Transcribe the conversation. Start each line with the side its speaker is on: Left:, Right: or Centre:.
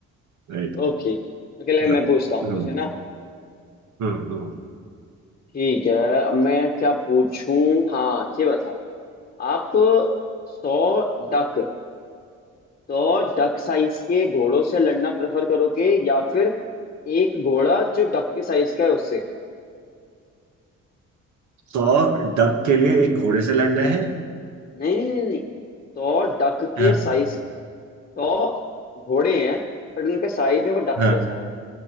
Right: right
Left: ओके ओके लाइक
Right: <laughs>
Left: मैं पूछता हूँ
Right: Hmm
Left: कुछ है ना
Right: hmm hmm.
Left: ठीक है अब मैं क्या पूछूं हाँ ये बताओ आप सौ डक सौ डक साइज के घोड़ों से लड़ना प्रेफर करोगे या फिर एक घोड़ा जो डक के साइज का है उससे
Right: तो डक के लिए एक घोड़े से लड़ना है
Left: नहीं नहीं नहीं नहीं सौ डक के
Right: हाँ।
Left: साइज सौ घोड़े हैं बट उनका साइज है वो डक
Right: हाँ
Left: जैसा है